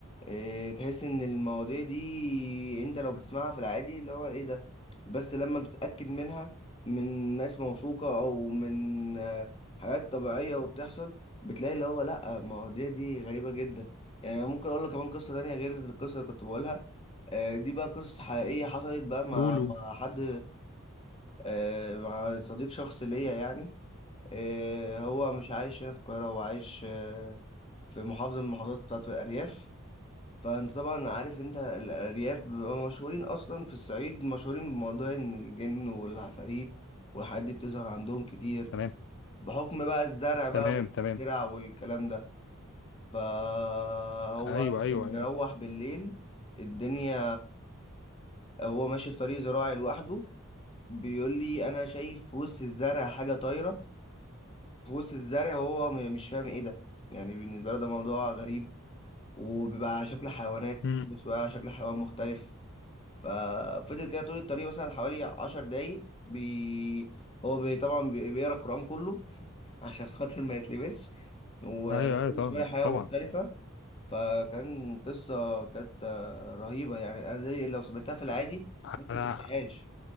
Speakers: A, on the left; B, on the left.
A: آه، تحس ان المواضيع دي انت لو بتسمعها في العادي اللي هو ايه ده بس لما بتتأكد منها من ناس موثوقة او من آه، حاجات طبيعية وبتحصل بتلاقي اللي هو لا المواضيع دي غريبة جدا يعني أنا ممكن اقول لك كمان قصة تانية غير القصة اللي كنت بقولها آه، دي بقى قصة حقيقية حصلت بقى مع
B: قولوا
A: مع حد آه، مع صديق شخص ليا يعني آه، هو مش عايش هنا في القاهرة هو عايش آه، في محافظة من المحافظات بتاعت الأرياف فأنت طبعا عارف أنت الأرياف بيبقى مشهورين أصلا في الصعيد مشهورين بموضوع إن الجن والعفاريت والحاجات دي بتظهر عندهم كتير
B: تمام
A: بحكم بقى الزرع بقى
B: تمام تمام
A: والزرع والكلام ده فهو
B: ايوه ايوه
A: كان
B: ايوه
A: بيروح بالليل الدنيا هو ماشي في طريق زراعي لوحده بيقول لي انا شايف في وسط الزرع حاجه طايره في وسط الزرع هو م- مش فاهم ايه ده يعني بالنسبه له ده موضوع غريب وبيبقى على شكل حيوانات
B: امم
A: مش على شكل حيوان مختلف ففضل كده طول الطريق مثلا حوالي عشر دقايق بي... هو بي... طبعا بي... بيقرا القران كله <laughs> عشان خاطر ما يتلبسش وكل
B: ايوه ايوه طبعا
A: شويه حاجه
B: طبعا
A: مختلفه فكان قصه كانت آه، رهيبه يعني انا دي لو سمعتها في العادي
B: انا
A: ممكن ما صدقهاش